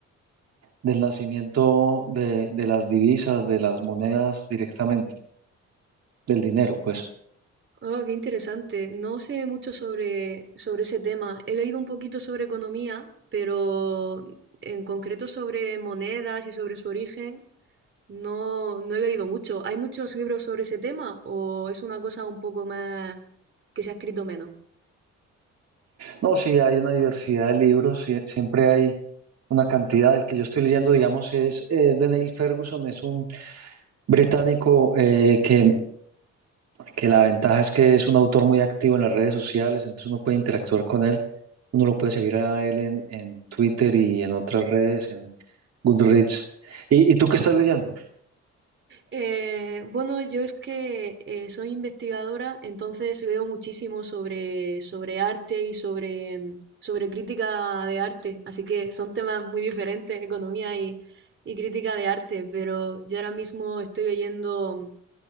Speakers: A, on the right (about 55°); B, on the right (about 40°).
A: del nacimiento de, de las divisas, de las monedas directamente, del dinero, pues.
B: Oh, qué interesante. No sé mucho sobre, sobre ese tema. He leído un poquito sobre economía, pero en concreto sobre monedas y sobre su origen, no, no he leído mucho. ¿Hay muchos libros sobre ese tema o es una cosa un poco más que se ha escrito menos?
A: No, sí, hay una diversidad de libros, sí, siempre hay una cantidad. El que yo estoy leyendo, digamos, es, es de Neil Ferguson, es un británico eh, que que la ventaja es que es un autor muy activo en las redes sociales, entonces uno puede interactuar con él, uno lo puede seguir a él en, en Twitter y en otras redes, en Goodreads. ¿Y, y tú qué estás leyendo?
B: Eh, bueno, yo es que eh, soy investigadora, entonces leo muchísimo sobre, sobre arte y sobre, mm, sobre crítica de arte, así que son temas muy diferentes, economía y, y crítica de arte, pero yo ahora mismo estoy leyendo mm,